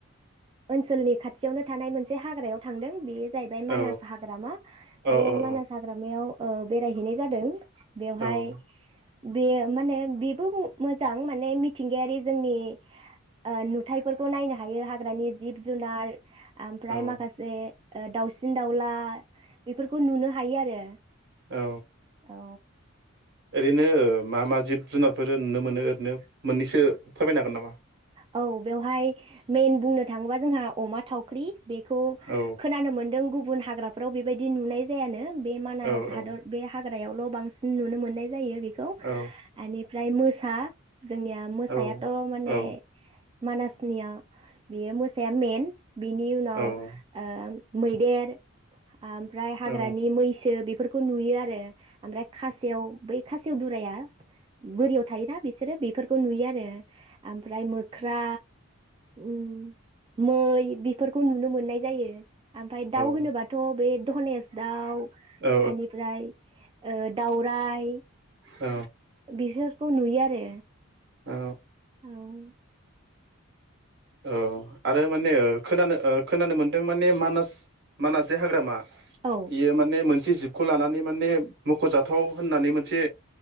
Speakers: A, on the right; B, on the right.
A: ओनसोलनि खाथियावनो थानाय मोनसे हाग्रायाव थांदों बे जाहैबाय मानास
B: औ
A: हाग्रामा
B: औ
A: बे
B: औ
A: मानास हाग्रामायाव ओ बेरायहैनाय जादों बेवहाय
B: औ
A: बेयो माने बेबो ओ मोजां जां माने मिथिंगायारि जोंनि ओ नुथाफोरखौ नायनो हायो हाग्रा हाग्रानि जिब जुनार ओमफ्राय
B: औ औ
A: माखासे ओ दाउसिन दाउला बेफोरखौ नुनो हायो आरो
B: औ
A: औ
B: ओरैनो मा मा जिब जुनारफोर नुनो मोनो ओरैनो मोन्नैसो फोरमायनो हागोन गोन नामा
A: औ बेवहाय मेइन बुंनो थाङोबा जोंहा अमा थावख्रि बेखौ
B: औ
A: खोनानो मोनदों गुबुन हाग्रा फ्राव बेबायदि नुनाय जायानो। बे मानास
B: औ औ
A: हादर बे हाग्रायाव ल बांसिन नुनो मोननाय जायो बेखौ
B: औ
A: एमनिफ्राय मो सा जोंनिया मोसायाथ
B: औ
A: माने
B: औ
A: मानासनिया बेयो मोसाया मेन बिनि उनाव
B: औ ओं
A: ओ मैदेर आमफ्राय हाग्रानि
B: औ
A: मैसो बेफोर खौ नुयो आरो आमफ्राय खासेव बै खासेव दुराया बोरियाव थायोना बेसोरो बे फोरखौ नुयो आरो आमफ्राय मोख्रा उम मै बि फोरखौ नुनो मोन्नाय जायो आमफाय दाउ होनोबाथ
B: औ
A: बे धनेस दाउ
B: औ
A: आनिफ्राय ओ दावराय
B: औ।
A: बिफोरखौ नुयो आरो
B: औ।
A: <inaudible>
B: औ। आरो माने ओ खोनानो ओ खोनानो मोन्दों माने मानास मानास जे हाग्रामा
A: औ
B: इयो माने मोन से जिबखौ लानानै माने मख'जाथाव होननानै मोनसे